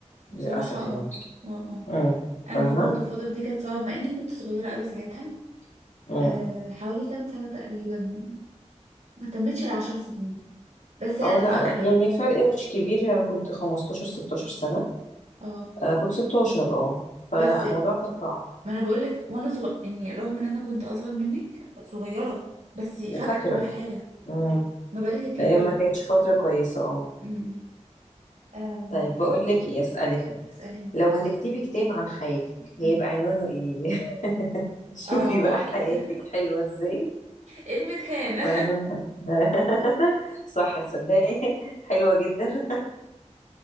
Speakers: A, on the left; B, on the right.
A: للأسف
B: بصراحه اه
A: يعني
B: اه آه.
A: امم
B: انا
A: فاهمة؟
B: برضو الفتره دي كانت صعبه مع اني كنت صغيره قوي ساعتها
A: مم.
B: آه حوالي كام سنه تقريبا ما تمتش العشر سنين بس أنا
A: اه لا
B: فاكره
A: انا يعني فرق مش كبير انا كنت 15 16 سنة
B: اه
A: آه كنت 16 اه فلا
B: بس
A: الموضوع كان صعب
B: ما انا بقول لك وانا صغير يعني رغم ان انا كنت اصغر منك صغيره بس فاكره
A: وفاكرة
B: كل حاجه
A: امم
B: ما بالك الكبير
A: الايام ما
B: بقى
A: كانتش فترة كويسة اه
B: امم آم،
A: طيب
B: ط-
A: بقول لك ايه اسألك انا
B: اساليني
A: لو هتكتبي كتاب عن حياتك هيبقى
B: أمم.
A: عنوانه ايه <laughs> شوفي
B: اه
A: بقى حياتك
B: <laughs>
A: حلوة ازاي
B: كلمة هانة
A: وعنوانها <laughs> صح تصدقي حلوة جدا